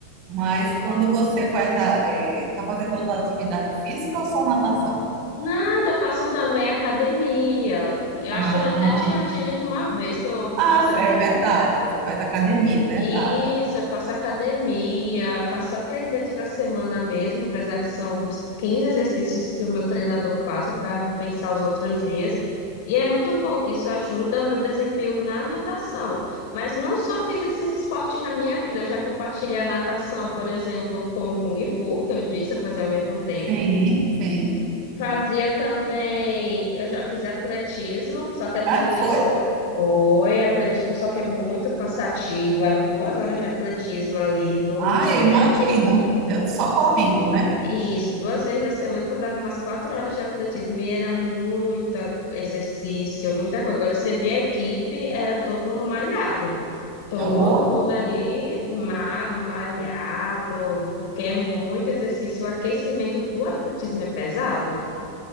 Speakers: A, on the right; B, on the left.
A: Mas quando você faz a, é, tá fazendo outra atividade física ou só natação?
B: Nada, eu faço também academia. Eu
A: Ah,
B: acho que eu já até tinha te dito uma vez que eu
A: ah,
B: faço a-
A: é verdade. Você faz academia, é verdade.
B: isso, eu faço academia, faço só três vezes na semana mesmo, apesar que são uns 15 exercícios que o meu treinador passa para compensar os outros dias. E é muito bom que isso ajuda o meu desempenho na natação. Mas não só fiz esses esportes na minha vida, eu já compartilhei a natação, por exemplo, com o Kung Fu, que eu disse, eu fazia ao mesmo tempo.
A: Sim, sim.
B: Fazia também, eu já fiz atletismo, só que atletismo
A: É, foi?
B: foi, atletismo só que é muito cansativo, eram duas horas de atletismo ali no
A: Ah,
B: dia.
A: eu imagino. Eu só correndo, né?
B: E isso, duas vezes na semana eu dava umas quatro horas de atletismo e era muito exercício, muita coisa. Agora você via a equipe, era todo mundo malhado. Todo
A: Oh,
B: mundo ali magro, malhado, porque é muito exercício. O aquecimento do atletismo é pesado.